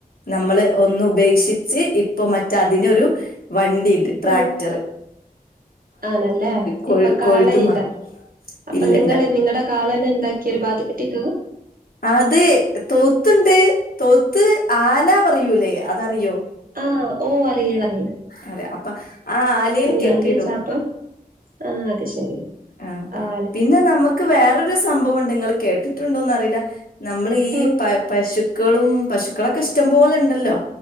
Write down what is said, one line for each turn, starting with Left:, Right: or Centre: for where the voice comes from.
Left: നമ്മള് ഒന്ന് ഉപേക്ഷിച്ച് ഇപ്പൊ മറ്റേ അതിനൊരു വണ്ടിണ്ട് ട്രാക്ടർ
Right: ഉം. ആണല്ലേ
Left: കൊഴ്
Right: ഇപ്പൊ കാളയില്ല
Left: കൊഴുതു മറിയും
Right: അപ്പൊ
Left: ഇല്ലല്ല
Right: നിങ്ങള് നിങ്ങടെ കാളന്നെ ന്താക്കിയൊരു ബാത്ത് കെട്ടിയിട്ടു
Left: അതെ തൊഴുത്തുണ്ട് തൊഴുത്ത് ആല പറയൂലേ അതറിയോ
Right: ആഹ് ഓഹ് അറിയ അറിയാം
Left: അതെ അപ്പൊ ആ ആലയിൽ
Right: ഞാൻ
Left: കെട്ടിയിടും
Right: വിചാപ്പം ആ അത് ശെരി
Left: ആഹ്
Right: അഹ്
Left: പിന്നെ നമുക്ക് വേറരു സംഭവണ്ട് നിങ്ങള് കേട്ടിട്ടുണ്ടോന്ന് അറിയില്ല നമ്മൾ ഈ
Right: ഉം,
Left: പശുക്കളും പശുക്കളൊക്കെ ഇഷ്ട്ടംപോലെ ണ്ടല്ലോ